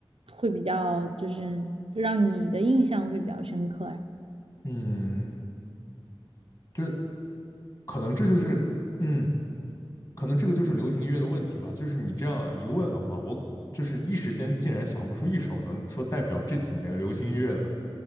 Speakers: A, on the right; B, on the left.
A: 会比较，就是让你的印象会比较深刻呀？
B: 嗯，这可能这就是，嗯，可能这个就是流行音乐的问题吧，就是你这样一问的话，我就是一时间竟然想不出一首能说代表这几年流行音乐的